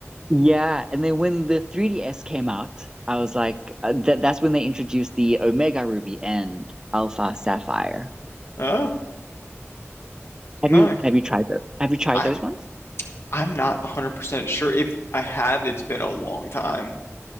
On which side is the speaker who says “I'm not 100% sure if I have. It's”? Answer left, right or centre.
Left